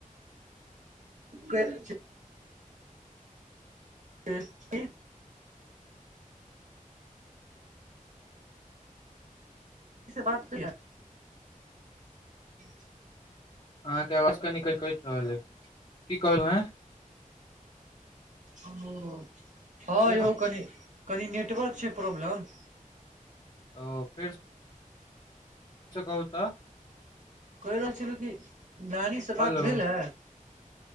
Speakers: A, on the right; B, on the left.
A: क छै त <unintelligible> से बात क ठीक
B: अहाँके आवाज कनि क कैट रहल ह की कहलू हैं
A: ओ हँ
B: फेर
A: यौ कनि कनि नेटवर्क छै प्रॉब्लम
B: ओ फेर क कहू त
A: कहि रहल छलहुँ कि नानीसँ बात
B: हेलो
A: भेल हे